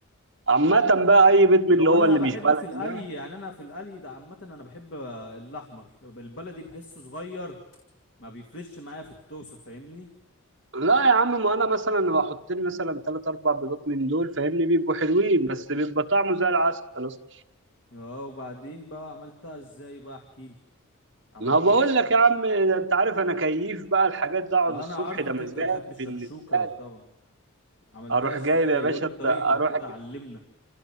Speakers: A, on the right (about 60°); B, on the left (about 55°).
A: عامه بقى اي بيض من
B: لو
A: اللي هو
B: أنا
A: اللي
B: بحب
A: مش بلدي
B: في القلي
A: ده
B: يعني أنا في القلي ده عامة أنا بحب الأحمر البلدي بحسه صغير ما بيفرش معايا في الطوسة فاهمني
A: لا يا عم ما انا مثلا بحط لي مثلا ثلاث اربع بيضات من دول فاهمني بيبقوا حلوين بس بيبقى طعمه زي العسل اصلا
B: أه وبعدين بقى عملتها إزاي بقى أحكيلي عملت
A: ما بقول لك يا عم ده انت عارف انا كيف بقى الحاجات ده اقعد
B: انا
A: الصبح
B: عارفك
A: ده مزاج
B: انت بتحب الشكشوكة
A: بالنسبه لي
B: طبعا عملتها
A: اروح
B: ازاي
A: جايب يا باشا
B: قول لي
A: الت-
B: طريقتك
A: اروح
B: كده علمنا